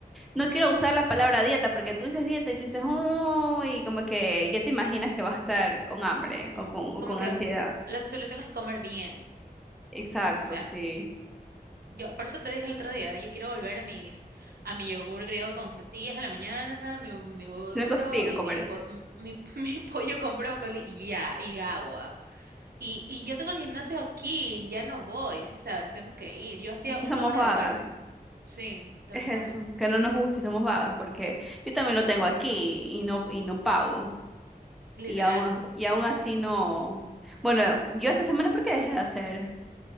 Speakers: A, in the centre; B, on the right.
A: no quiero usar la palabra dieta, porque tú dices dieta y tú dices, uy, como que ya te imaginas que vas a estar con hambre
B: No,
A: o con, o
B: como
A: con
B: que
A: ansiedad.
B: la solución es comer bien,
A: Exacto,
B: o sea.
A: sí.
B: Yo, por eso te dije el otro día, yo quiero volver a mis, a mi yogur griego con frutillas en la mañana, mi, mi huevo duro
A: No consigo
B: y
A: comer
B: mi,
A: eso.
B: po- m- mi, <laughs> mi pollo con brócoli y ya, y agua. Y, y yo tengo el gimnasio aquí, y ya no voy, sí sabes, tengo que ir. Yo hacía
A: Es que
B: una
A: somos
B: hora
A: vagas,
B: de cardio, sí, te
A: es
B: lo juro,
A: eso, que no nos gusta y somos vagas, porque yo también lo tengo aquí y no, y no pago.
B: literal.
A: Y aún, y aún así no. Bueno, yo esta semana, ¿por qué dejé de hacer?